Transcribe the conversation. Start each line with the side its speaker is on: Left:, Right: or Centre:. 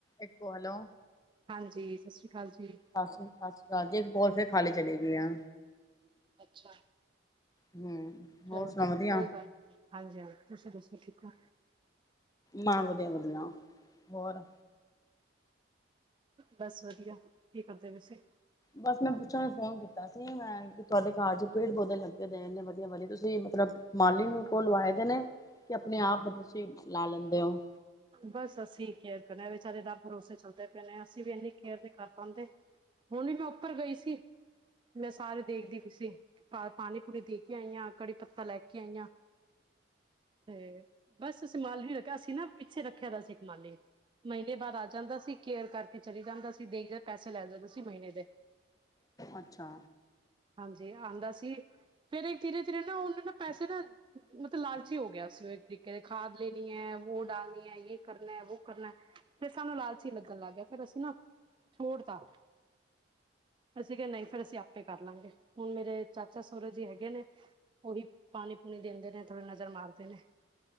Left: ਹੈਲੋ।
Right: ਹਾਂਜੀ, ਸਤਿ ਸ਼੍ਰੀ ਅਕਾਲ ਜੀ।
Left: ਸਤਿ ਸਤਿ ਸ੍ਰੀ ਅਕਾਲ ਜੀ, ਇੱਕ ਕੋਲ ਫੇਰ ਖਾਲੀ ਚੱਲੇ ਗਏ ਆ।
Right: ਅੱਛਾ,
Left: ਹੂੰ, ਹੋਰ
Right: ਚਲੋ
Left: ਸੁਣਾ ਵਧੀਆ?
Right: ਕੋਈ ਗੱਲ ਨਹੀਂ। ਹਾਂਜੀ, ਹਾਂਜੀ ਤੁਸੀਂ ਦੱਸੋ ਠੀਕ ਹੋ।
Left: ਮੈ ਵਧੀਆ, ਵਧੀਆ ਹੋਰ
Right: ਬਸ ਵਧੀਆ- ਕੀ ਕਰਦੇ ਤੁਸੀਂ
Left: ਬਸ ਮੈਂ ਪੁੱਛਨ ਵਾਸਤੇ ਫੋਨ ਕੀਤਾ ਸੀ, ਮੈਂ ਤੁਹਾਡੇ ਘਰ ਚ ਪੇੜ ਪੌਦੇ ਲੱਗੇ ਹੋਏ ਇਨੇ ਵਧੀਆ, ਵਧੀਆ ਤੁਸੀਂ ਮਤਲਬ ਮਾਲੀ ਕੋਲ ਲਵਾਏ ਦੇ ਨੇ, ਕਿ ਆਪਣੇ ਆਪ ਤੁਸੀਂ ਲਾ ਲੈਂਦੇ ਹੋ।
Right: ਬਸ ਅਸੀਂ ਕੇੇਅਰ ਕਰਦੇ ਹਾਂ ਵਿਚਾਰੇ, ਰੱਬ ਭਰੋਸੇ ਚੱਲਦੇ ਪਏ ਨੇ ਅਸੀਂ ਵੀ ਇੰਨੀ ਕੇੇਅਰ ਨਹੀ ਕਰ ਪਾਉਂਦੇ ਹੁਣ ਮੈਂ ਉੱਪਰ ਗਈ ਸੀ। ਮੈਂ ਸਾਰੇ ਦੇਖਦੀ ਪਈ ਸੀ ਪਾਣੀ ਪੂਣੀ ਦੇ ਕੇ ਆਈ ਆਂ, ਕੜੀ ਪੱਤਾ ਲੈ ਕੇ ਆਈ ਆਂ। ਤੇ ਬਸ ਮਾਲੀ ਰੱਖਿਆ ਅਸੀਂ ਨਾ ਪਿੱਛੇ ਰੱਖਿਆ ਦਾ ਸੀ ਮਾਲੀ। ਮਹੀਨੇ ਬਾਅਦ ਆ ਜਾਂਦਾ ਸੀ ਕੇਅਰ ਕਰਕੇ ਚਲੀ ਜਾਂਦਾ ਸੀ, ਦੇਖਦੇ ਪੈਸੇ ਲੈ ਜਾਂਦੇ ਸੀ ਮਹੀਨੇ ਦੇ।
Left: ਅੱਛਾ।
Right: ਹਾਂਜੀ ਆਉਂਦਾ ਸੀ, ਫਿਰ ਧੀਰੇ ਧੀਰੇ ਨਾ ਉਹਨਾਂ ਨਾ ਪੈਸੇ ਨਾ ਮਤਲਬ ਲਾਲਚੀ ਹੋ ਗਿਆ ਸੀ, ਉਹ ਇੱਕ ਤਰੀਕੇ ਦੇ ਖਾਦ ਲੈਣੀ ਹੈ। ਉਹੋ ਡਾਲਨੀ ਹੈ ਯ ਕਰਨਾ, ਵੋ ਕਰਨਾ ਫਿਰ ਸਾਨੂੰ ਲਾਲਚੀ ਲੱਗਣ ਲੱਗ ਗਿਆ ਫੇਰ ਅਸੀਂ ਨਾ ਛੋੜਦਾ। ਅਸੀਂ ਕਿਹਾ ਨਹੀਂ ਫਿਰ ਅਸੀਂ ਆਪੇ ਕਰ ਲਾਂਗੇ, ਹੁਣ ਮੇਰੇ ਚਾਚਾ ਸਹੁਰਾ ਜੀ ਹੈਗੇ ਨੇ ਉਹੀ ਪਾਣੀ ਪੂਣੀ ਦਿੰਦੇ ਨੇ, ਥੋੜੀ ਨਜ਼ਰ ਮਾਰਦੇ ਨੇ